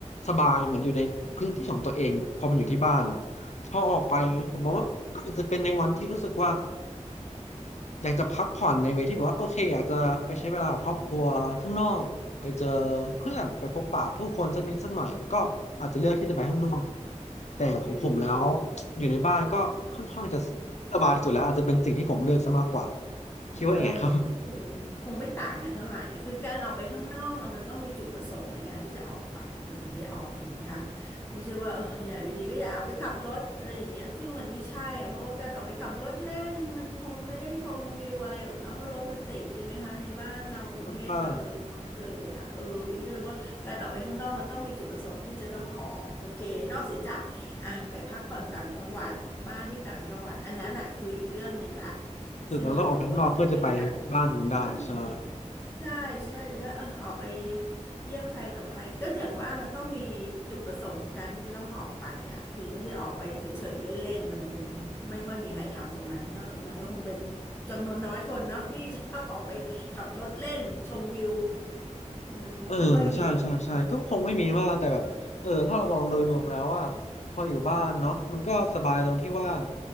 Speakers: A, on the left; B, on the left.
A: สบายเหมือนอยู่ในพื้นที่ของตัวเองพอมันอยู่ที่บ้านนะพอออกไปผมมองว่าก็อาจจะเป็นในวันที่รู้สึกว่า อยากจะพักผ่อนในเวที่แบบว่าโอเคอยากจะไปใช้เวลากับครอบครัวข้างนอกไปเจอเพื่อนไปพบปะผู้คนสักนิดสักหน่อยก็อาจจะเลือกที่จะไปข้างนอกแต่ของผมแล้ว
B: อืม
A: อยู่ในบ้านก็ค่อนข้างจะสบายสุดแล้วอาจจะเป็นสิ่งที่ผมเลือกซะมากกว่าคิดว่าอย่างไงครับ
B: ก็มันคงคงไม่ต่างกันเท่าไหร่ คือการออกไปข้างนอกอะมันต้องมีจุดประสงค์ในการที่จะออกไปเราถึงได้ออกถูกไหมคะไม่ใช่ว่าเอออยากอยู่ดีก็อยากออไปขับรถอะไรอย่างเงี้ยซึ่งมันไม่ใช่อะเพราะว่าการออกไปขับรถเล่นมันคงไม่ได้ชมวิวอะไรหรอกนะเพราะรถมันติดจริงไหมคะในบ้านเรากรุงเทพเราโดยเฉพาะเลยอะเออบิงก็เลยว่าการออกไปข้างนอกมันต้องมีจุดประสงค์ที่จะต้องออกโอเคนอกเสียจาก
A: ค่อนข้าง
B: อ่ะไปพักผ่อนต่างจังหวัดบ้านที่ต่างจังหวัดอันนั้นอ่ะคืออีกเรื่องหนึ่งละ
A: ถึงเราต้องออกไปข้างนอกเพื่อจะไปบ้านนู้นได้ใช่
B: ซึ่งมันอยู่คนละประเด็นกันอืมใช่ใช่เดี๋ยวถ้าเออออกไปเยี่ยมใครต่อใครก็อย่างว่ามันต้องมีจุดประสงค์ของการที่จะต้องออกไปอ่ะคือไม่ใช่ออกไปเฉยๆเล่นๆมันคงไม่ค่อยมีใครทำตรงนั้นเนอะมันก็คงเป็นจำนวนน้อยคนเนาะที่จะชอบออกไปขับรถเล่นชมวิวมันคงไม่ค่อยมี
A: เออใช่ใช่ใช่ก็คงไม่มีมากแต่แบบเออถ้าเรามองโดยรวมแล้วว่าพออยู่บ้านเนาะมันก็สบายตรงที่ว่า
B: อ